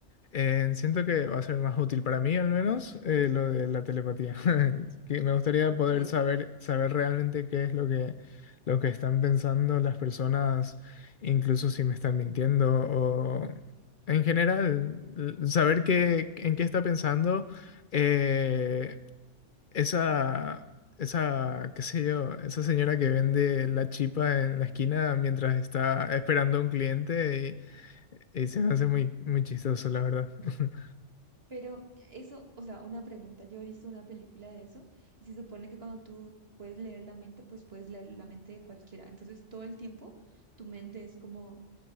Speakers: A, on the left; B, on the right.
A: eh, siento que va a ser más útil para mí, al menos, eh, lo de la telepatía. <laughs> Que me gustaría
B: ok.
A: poder saber, saber realmente qué es lo que, lo que están pensando las personas, incluso si me están mintiendo o en general, l- saber qué, en qué está pensando eh, esa, esa, qué sé yo, esa señora que vende la chipa en la esquina mientras está esperando a un cliente y, y se me hace muy, muy chistoso, la verdad. <laughs>
B: Pero eso, o sea, una pregunta, yo he visto una película de eso y se supone que cuando tú puedes leer la mente, pues puedes leer la mente de cualquiera. Entonces, todo el tiempo tu mente es como